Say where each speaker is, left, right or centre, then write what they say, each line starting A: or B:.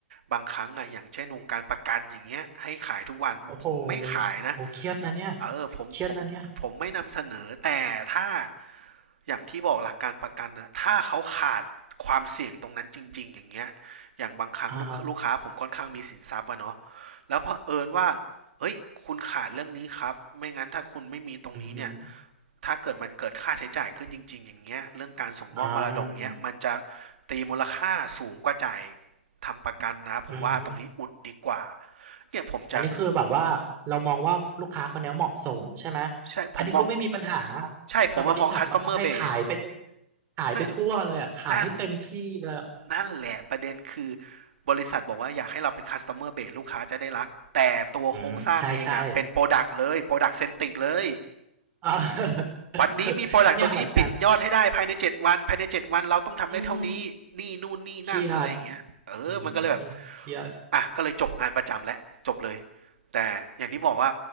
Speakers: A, on the right (about 60°); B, on the right (about 30°).
A: บางครั้งอ่ะอย่างเช่นวงการประกันอย่างเงี้ยให้ขายทุกวันผมไม่ขายนะ
B: โอ้โหโอ้เครียดนะเนี่ย
A: เออผมผมผมไม่นำเสนอแต่ถ้า
B: เครียดนะเนี่ย
A: อย่างที่บอกหลักการประกันนะถ้าเขาขาดความเสี่ยงตรงนั้นจริงๆอย่างเงี้ยอย่างบางครั้งลูกลูกค้าผมค่อนข้างมีสินทรัพย์อะเนาะ
B: อ่าฮะ
A: แล้วเผอิญว่าเฮ้ยคุณขาดเรื่องนี้ครับไม่งั้นถ้าคุณไม่มีตรงนี้เนี่ย
B: อืมอหือ
A: ถ้าเกิดมันเกิดค่าใช้จ่ายขึ้นจริงๆอย่างเงี้ยเรื่องการส่งมอบมรดกเนี้ยมันจะ
B: อ่า
A: ตีมูลค่าสูงกว่าจ่ายทำประกันนะผมว่าตรงนี้อุดดีกว่า
B: อืม
A: เนี่ยผมจะ
B: อันนี้คือแบบว่าเรามองว่าลูกค้าคนเนี้ยเหมาะสมใช่ไหม
A: ใช่ผมมอง
B: อันนี้ก็ไม่มีปัญหา
A: ใช่ผมมามอง
B: แต่บริษัทมักจะให้ขายไป
A: customer base
B: ขายไปทั่วเลยอ่ะขายให้เต็มที่เลยอะ
A: นั่นนั่น นั่นแหละประเด็นคือบริษัทบอกว่าอยากให้เราเป็น customer base ลูกค้าจะได้รักแต่ตัวโครงสร้างเองอะเป็น
B: อืมใช่ใช่
A: product เลย product centric เลย
B: อ่า
A: วันนี้มี product
B: <laughs> เนี่ยเหมือนกัน
A: ตัวนี้ปิดยอดให้ได้ภายใน7วันภายใน7วันเราต้องทำได้เท่านี้นี่นู่นนี่นั่นอะไรอย่างเงี้ยเออมันก็เลยแบบ
B: อืมเครียดอืมเครียด
A: อ่ะก็เลยจบงานประจำและจบเลยแต่อย่างที่บอกว่า